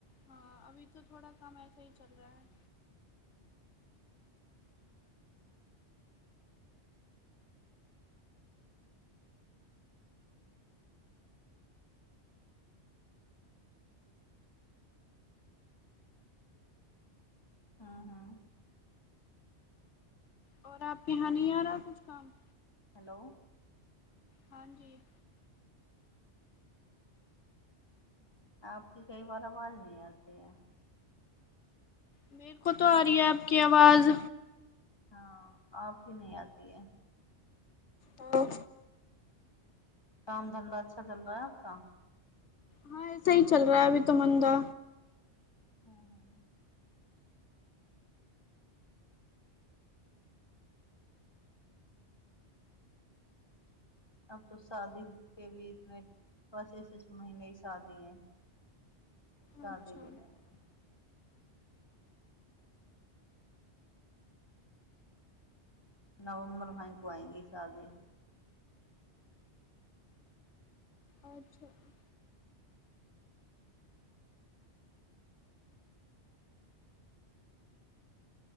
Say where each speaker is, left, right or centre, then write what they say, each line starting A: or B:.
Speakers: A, on the left; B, on the left.
A: हँ अभी तो थोड़ा कम ऐस सही चल रहा
B: हम्म
A: है
B: हम्म हम्म हम्म हँ हँ
A: और आपके यहाँ नी आ रहा कुछ काम
B: हलो
A: हाँ जी
B: हम्म आपकी कई बार आवाज नहीं आती है
A: मेरे को तो आ रही है आपकी आवाज
B: हाँ आपकी नही आती है
A: ह
B: काम धंधा अच्छा चल रा है आपका
A: हाँ ऐसे ही चल रहा है अभी तो मन्दा
B: <inaudible> अब तो शादी के भी इतने पचीस इस महीने ही शादी हैं <unintelligible> पसा
A: अच्छा
B: दे बिना <unintelligible> नवम्बर को आएंगी शादी
A: अच्छा <inaudible> <inaudible>